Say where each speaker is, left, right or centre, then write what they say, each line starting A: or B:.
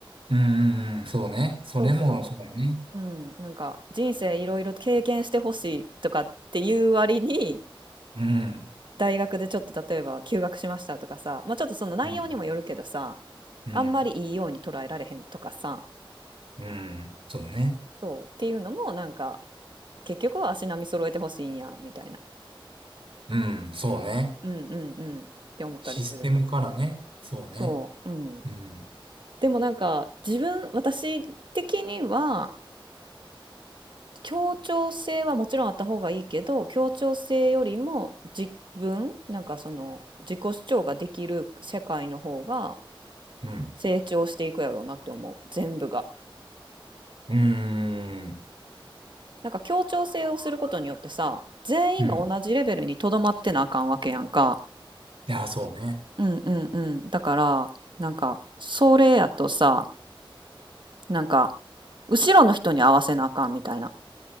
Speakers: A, on the right (about 75°); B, on the right (about 60°).
A: うん。うんそうね。それも、
B: そうそ
A: そうね。
B: う。うん、なんか人生いろいろ経験してほしいとかっていう割に、
A: うん。
B: 大学でちょっと例えば休学しましたとかさ、まあちょっとその内容にもよるけどさ、
A: うん。うん。
B: あんまりいいように捉えられへんとかさ、
A: うん。そうね。
B: そうっていうのもなんか結局は足並み揃えてほしいんやみたいな。
A: うん。そうね。
B: うん、うんうんうんって思ったりする。
A: システムからね。そうね。
B: そう。うん。
A: うん。
B: でもなんか自分私的には協調性はもちろんあった方がいいけど、協調性よりも自分、なんかその自己主張ができる世界の方が
A: うん。
B: 成長していくやろうなって思う。全部が。
A: うーん。
B: なんか協調性をすることによってさ、全員が同じレベルにとどまってなあかんわけやんか。
A: うん。いや、そうね。
B: うんうんうん。だから、なんか、それやとさ、なんか、後ろの人に合わせなあかんみたいな、